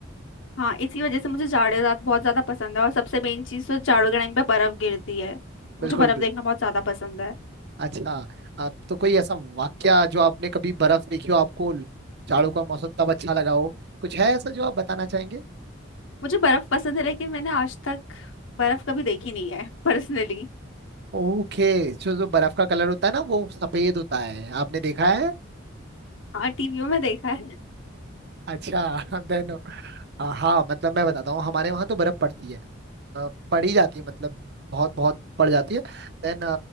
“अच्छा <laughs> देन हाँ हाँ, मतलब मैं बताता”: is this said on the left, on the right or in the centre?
Right